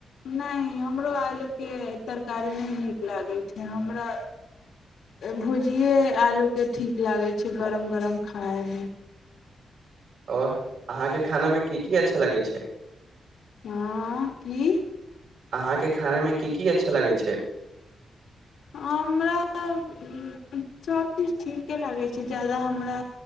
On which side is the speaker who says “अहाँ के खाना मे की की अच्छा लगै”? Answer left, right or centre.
Right